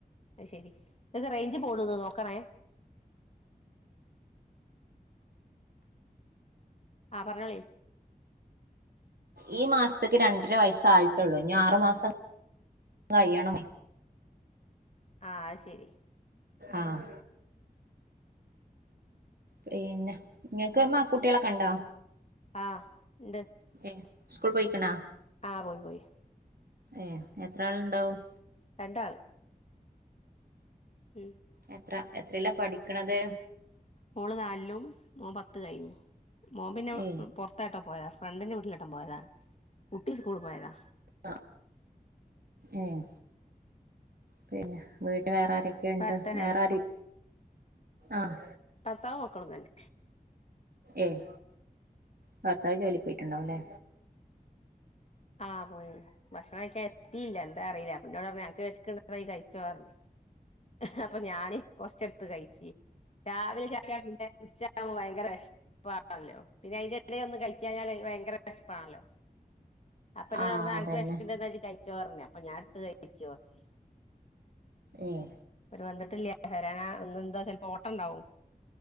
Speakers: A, on the left; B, on the right.
A: അയി ശരി ഇങ്ങക്ക് റൈഞ്ച് പോണ്ന്ന് നോക്കണേ ആഹ് പർഞ്ഞോളി
B: ഈ മാസ്ത്ക്ക് രണ്ടര വയസ്സായിട്ടൊ ള്ളൂ ഇനി ആറു മാസം കഴിയണം
A: ആഹ്ശരി
B: ആഹ് പിന്നെ ഇങ്ങക്ക് മ കുട്ട്യോളെകണ്ടോ
A: ആഹ്ണ്ട്
B: ഏഹ് സ്കൂൾ പോയിക്ണാ
A: ആഹ് പോയി പോയി
B: ഏഹ് എത്ര ആൾണ്ടാവും
A: രണ്ടാള് ഉം
B: എത്ര എത്രീല പഠിക്കണത്
A: മോള് നാലും മോൻ പത്ത് കഴിഞ്ഞു മോൻ പിന്നെ
B: ഏ
A: പൊറത്താട്ട പോയ ഫ്രണ്ടിന്റെ വീട്ടിലായിട്ട പോയതാ കുട്ടി സ്കൂൾ പോയതാ
B: ആഹ് ഏഹ് പിന്നെ വീട്ട് വേറെ ആരക്കെ കെണ്ട്
A: ഇവിടെ അടുത്ത് തന്നെയാണ്
B: വേറെആര് ആഹ്
A: ഭർത്താവു മക്കളും തന്നെ
B: ഏഹ് ഭർത്താവ് ജോലിക് പോയിട്ടുണ്ടാവുലേ
A: ആഹ് പോയി ഭക്ഷണം കഴിക്കാൻഎത്തീല എന്താ അറീല അപ്പന്നോടർഞ്ഞ് അന്ക് വെഷക്ണ്ടങ്കി പോയി കഴിച്ചോ പറഞ്ഞി <unintelligible> അപ്പൊ ഞാന് കൊറച്ചട് ത്ത് കഴിച്ചി രാവിലെ ച്ചൻ ഉച്ചവുബോ ഭയങ്കര വെഷ്പ്പ് പ്പല്ലോ പിന്നെ അയിന്റെ യെടെലൊന്ന്‌ കഴികാഞ്ഞാല് വയങ്കര വെഷ്പാ ണല്ലോ അപ്പനോട്
B: ആഹ്
A: പർണ്
B: അതന്നെ
A: വെശക്കണ്ടന്ന് കഴിച്ചോ പറഞ്ഞി അപ്പൊ ഞാൻ ടുത്ത് കഴിച്ചു കൊർച്
B: ഏഹ്
A: അവര് വന്നിട്ടില്ല്യ വരാന ഇന്ന് എന്തോ ചെൽപ്പോ ഓട്ടംണ്ടാവും